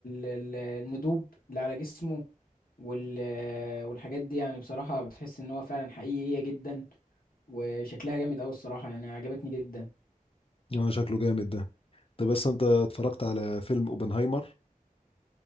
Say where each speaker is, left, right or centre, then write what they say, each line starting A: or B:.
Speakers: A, on the left; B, on the left.
A: ال- الندوب اللي على جسمه وال والحاجات دي يعني بصراحه بتحس ان هو فعلا حقيقيه جدا وشكلها جامد قوي الصراحه يعني عجبتني جدا
B: اه شكله جامد ده طب بس انت اتفرجت على فيلم اوبنهايمر